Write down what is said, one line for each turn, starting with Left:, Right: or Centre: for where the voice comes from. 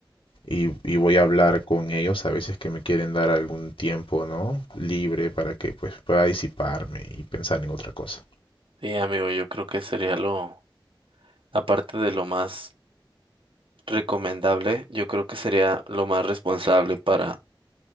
Left: y, y voy a hablar con ellos a veces que me quieren dar algún tiempo, ¿no? Libre para que, pues, pueda disiparme y pensar en otra cosa.
Right: Sí, amigo, yo creo que sería lo, aparte de lo más recomendable, yo creo que sería lo más responsable para,